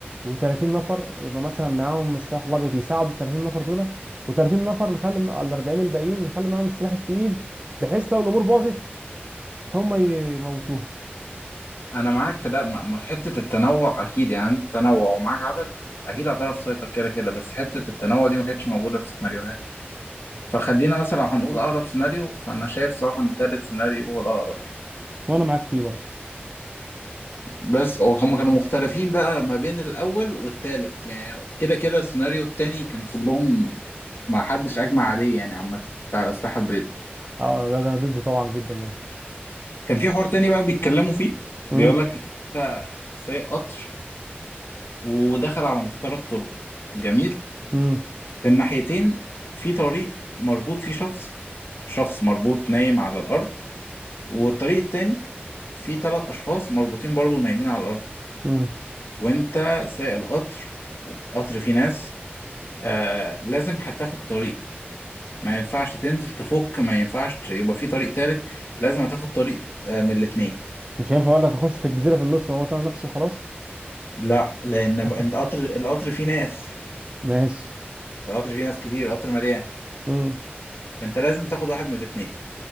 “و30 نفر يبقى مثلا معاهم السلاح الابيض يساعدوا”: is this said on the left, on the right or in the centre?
Right